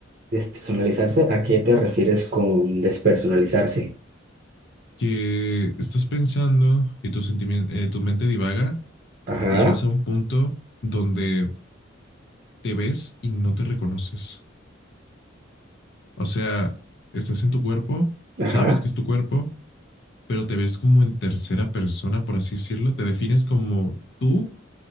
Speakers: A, on the right (about 45°); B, on the left (about 60°).
A: Despersonalizarse, ¿a qué te refieres con despersonalizarse?
B: Que estás pensando y tu sentimi- eh, tu mente divaga
A: Ajá,
B: y llegas a un punto donde te ves y no te reconoces. O sea, estás en tu cuerpo,
A: ajá.
B: sabes que es tu cuerpo, pero te ves como en tercera persona, por así decirlo. Te defines como tú